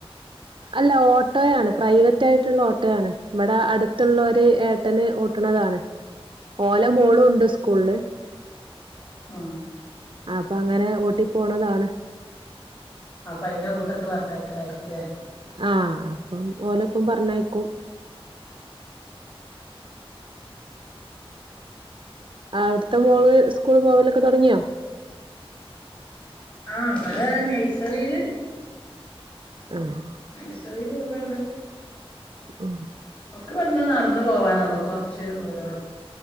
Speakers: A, on the right; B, on the left.
A: അല്ല ഓട്ടോയാണ് പ്രൈവറ്റ് ആയിട്ടുള്ള ഓട്ടോയാണ് ഇവിടെ അടുത്തുള്ളവര് ഏട്ടന് ഓട്ടണതാണ് ഓലെ മോളും ഉണ്ട് സ്കൂളില്
B: ആഹ്
A: അപ്പൊ അങ്ങനെ കൂട്ടി പോണതാണ്
B: അപ്പ അയിന്റെ കൂട്ടത്ത് പറഞ്ഞയക്കണായിരിക്കൂല്ലേ
A: ആഹ് അപ്പം ഓലൊപ്പം പറഞ്ഞേക്കും. അവിടുത്തെ മോള് സ്കൂള് പോവലൊക്കെ തുടങ്ങിയോ?
B: ആഹ് കൊഇവടെ നേഴ്സറിയില്
A: ഓഹ്
B: നഴ്സറി പോവണ്ട്.
A: ഉം
B: ഇവിടുന്ന് നദാന്ന് പോകാനുള്ളൂ കുറച്ച് ദൂരേ ഉള്ളൂ.